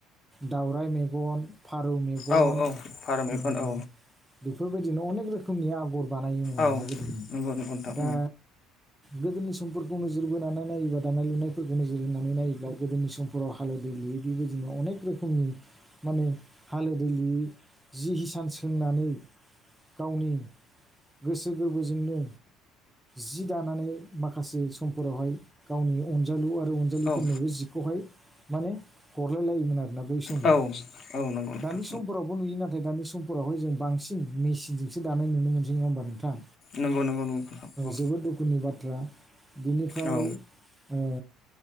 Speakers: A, in the centre; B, on the left (about 40°).
A: दाउराइ मेगन फारौ मेगन
B: औ औ फारौ मेगन
A: ओ
B: औ
A: बेफोर बेबायदिनो अने रखोमनि आगर बानाय
B: औ
A: लागदोंमोन।
B: नंगौ नंगौ नोंथां
A: दा गोदोनि समफोरखौ नोजोर बोनानै नायोबा दानाय लुनायफोरखौ नोजोर होनोनानै नायोब्ला गोदोनि समफोराव हालोदै लुयै बेबो जों अनेक रोखोमनि माने हालोदलि जि हिसान सोंनानै गावनि गोसो गोरबोजोंनो जि दानानै माखासे समफोरावहाय गावनि अनजालु आरो अनजालिफोरनोबो
B: औ
A: जिखौ हाय माने हरलाय लायोमोन आरोना बै समाव
B: औ औ नंगौ नोंथां
A: दानि समफोरावबो नुयो ना बे समफोरावहाय जों बांसिन मेसिनजोंसो दानाय नुनो मोनसैङा होनोमबा नोंथां?
B: नंगौ नंगौ। नोंथां औ
A: जोबोद दुखुनि बाथ्रा बिनिफ्राय
B: औ
A: ओ